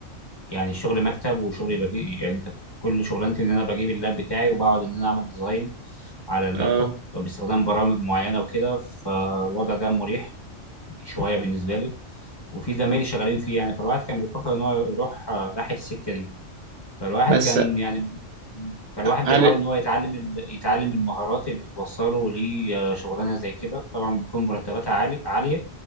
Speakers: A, on the left; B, on the right.
A: يعني شغل مكتب وشغل يبقى فيه يعني انت كل شغلانتي ان انا بجيب اللاب بتاعي وبقعد ان انا اعمل ديزاين على اللابتوب
B: اه
A: باستخدام برامج معينه وكده فالوضع ده مريح شويه بالنسبه لي وفي زمايلي شغالين فيه يعني فالواحد كان بيفكر ان هو يروح آه، ناحيه السكه دي فالواحد
B: بس
A: كان يعني فالواحد
B: هل
A: بيحاول ان هو يتعلم ال- يتعلم المهارات اللي توصله لشغلانه زي كده طبعا بيكون مرتباتها عالي عاليه